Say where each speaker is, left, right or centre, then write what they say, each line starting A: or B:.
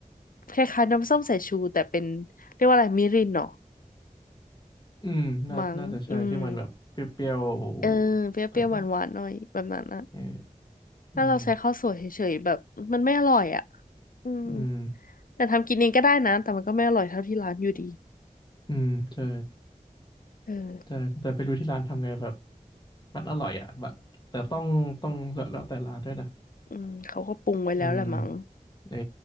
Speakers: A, on the left; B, on the left.
A: คล้ายๆน้ำส้มสายชูแต่เป็นเรียกว่าอะไรมิรินเนาะ
B: อืมน่าน่าจะใช่ที่มันแบบเปรี้ยว
A: มั้งอืมเออเปรี้ยวๆหวานๆหน่อยแบบนั้นนะ
B: ๆอะไรปะเออ
A: ถ้าเราใช้ข้าวสวยเฉยๆแบบมันไม่อร่อยอ่ะ
B: อืม
A: อืม
B: อืม
A: แต่ทำกินเองก็ได้นะแต่มันก็ไม่อร่อยเท่าที่ร้านอยู่ดี
B: อืมใช่
A: เออ
B: ใช่แต่ไปดูที่ร้านทำไงแบบมันอร่อยอ่ะแบบแต่ต้องต้องแล้วแล้วแต่ร้านด้วยนะ
A: อืมเขาก็ปรุงไว้แล้วแหละมั้ง
B: อืมเออ